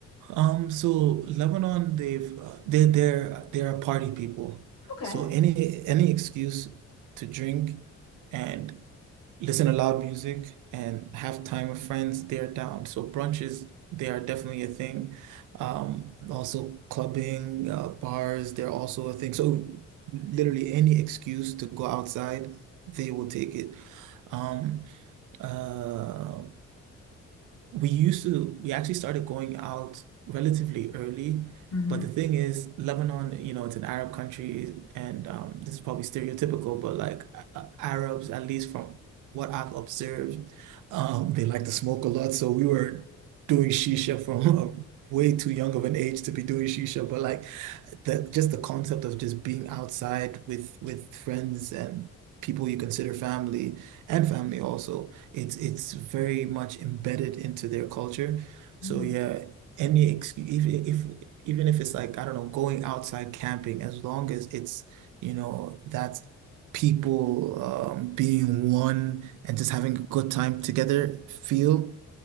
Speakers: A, on the right; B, on the left.
A: um, so Lebanon, they've uh, they're they're they're a party people.
B: Okay.
A: So any any excuse to drink and listen to loud music and have time with friends, they're down. So brunches, they are definitely a thing. Um, also clubbing, uh, bars, they're also a thing. So literally any excuse to go outside, they will take it. Um, Uh, we used to, we actually started going out relatively early.
B: Mm-hmm.
A: But the thing is, Lebanon, you know, it's an Arab country, and um, this is probably stereotypical, but like uh, Arabs, at least from what I've observed, um, they like to smoke a lot. So we were doing shisha from <laughs> a way too young of an age to be doing shisha. But like the just the concept of just being outside with with friends and people you consider family and family also, it's it's very much embedded into their culture.
B: Mm.
A: So yeah, any excuse, even if even if it's like, I don't know, going outside camping, as long as it's, you know, that's people um, being one and just having a good time together feel,